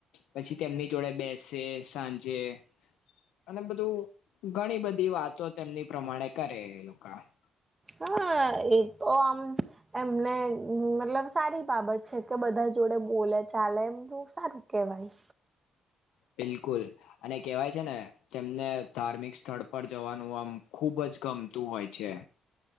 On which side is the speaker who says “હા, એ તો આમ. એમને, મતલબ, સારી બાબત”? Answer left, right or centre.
Right